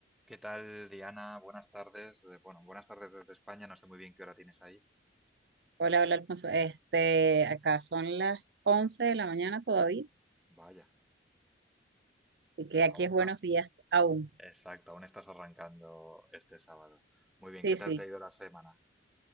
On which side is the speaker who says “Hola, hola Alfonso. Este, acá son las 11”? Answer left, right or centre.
Right